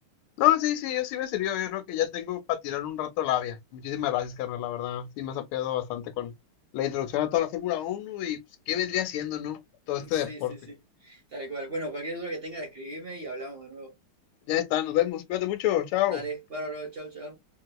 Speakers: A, on the left; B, on the right.
A: no, sí, sí, yo sí me sirvió. Yo creo que ya tengo para tirar un rato labia. Muchísimas gracias, carnal, la verdad. Sí, me has apoyado bastante con la introducción a toda la Fórmula Uno y pues, qué vendría siendo, ¿no? Todo este
B: Sí,
A: deporte.
B: sí, sí. Tal cual. Bueno, cualquier duda que tengas, escribime y hablamos de nuevo.
A: Ya está, nos vemos. Cuídate mucho, chao.
B: Dale, bárbaro, chau, chau.